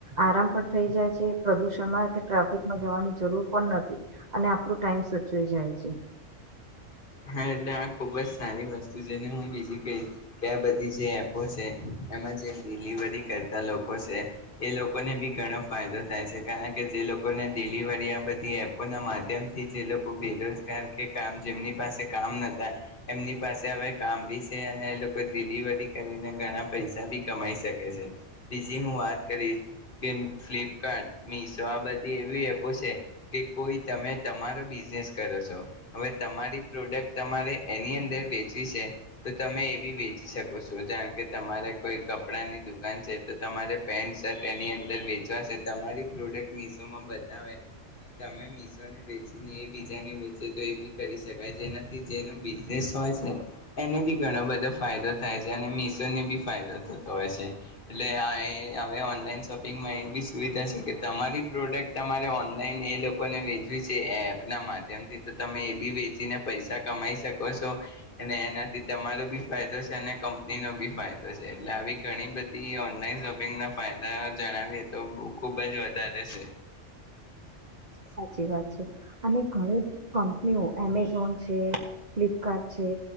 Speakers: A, on the right (about 40°); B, on the left (about 45°).
A: આરામ પણ થઈ જાય છે પ્રદુષણમાં કે ટ્રાફિકમાં જવાની જરૂર પણ નથી અને આપણો ટાઈમ સચવાઈ જાય છે.
B: હા એટલે આ ખૂબ જ સારી વસ્તુ છેને હું બીજી કહીશ કે આ બધી જે એપો છે એમાં જેમ ડિલિવરી કરતા લોકો છે એ લોકોને બી ઘણો ફાયદો થાય છે કારણ કે જે લોકોને ડિલિવરી આ બધી એપોના માધ્યમથી જે લોકો બેરોજગાર કે કામ જેમની. પાસે કામ નતા એમની પાસે હવે કામ બી છે અને એ લોકો ડિલિવરી કરીને ઘણા પૈસા બી કમાઈ શકે છે બીજી હું વાત કરીશ કે ફ્લિપકાર્ટ મિશો આ બધી એવી એપો છે કે કોઈ તમે તમારો બિઝનેસ કરો છો હવે તમારી. પ્રોડક્ટ તમારે એની અંદર વેચવી છે તો તમે એ બી વેચી શકો છો જાણ કે તમારે કોઈ કપડાંની દુકાન છે તો તમારે પેન્ટ શર્ટ એની અંદર વેચવાશે તમારી પ્રોડક્ટ મિશોમાં બતાવે અને તમે મિશોને વેચીને એ બીજાને વેચે તો એ બી કરી શકો. કે જેનાથી જેનો બિઝનેસ હોય છે એને બી ઘણો બધો ફાયદો થાય છે અને મીશોને બી ફાયદો થતો હોય છે એટલે આ હવે ઓનલાઈન શોપિંગમાં એ બી સુવિધા છે કે તમારી પ્રોડક્ટ તમારે ઓનલાઈન એ લોકોને વેચવી છે એપના માધ્યમથી તો તમે એ બી વેચ. ચીને પૈસા કમાઈ શકો છો અને એનાથી તમારો બી ફાયદો છે અને કંપની નો બી ફાયદો છે એટલે આવી ઘણી બધી ઓનલાઈન શોપિંગ ના ફાયદા જણાવીએ તો ખુબ જ વધારે છે.
A: સાચી વાત છે અને ઘણી કંપનીઓ એમેઝોન છે ફ્લિપકાર્ટ છે